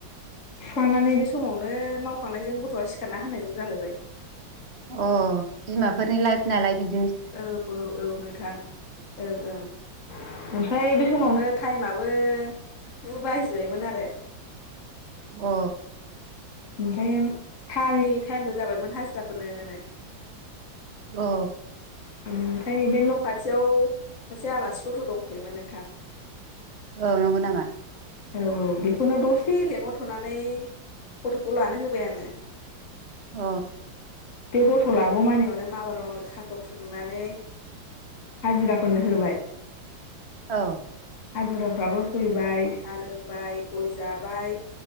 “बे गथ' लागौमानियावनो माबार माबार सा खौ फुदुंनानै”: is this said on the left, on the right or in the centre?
Left